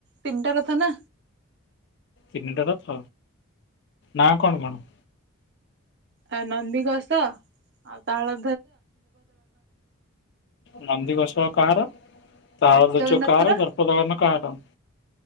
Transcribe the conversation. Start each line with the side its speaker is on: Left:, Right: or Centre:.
Right: ତିନିଟା ରଥ ନା।
Left: ତିନିଟା ରଥ। ନା କଣ କଣ?
Right: ଆ ନନ୍ଦିଘୋଷ ଆଉ ତାଳ
Left: ନନ୍ଦିଘୋସ। କାହାର? ତାଳଧ୍ୱଜ
Right: ଜଗନ୍ନାଥର।
Left: କାହାର ଦର୍ପଦଳନ କାହାର?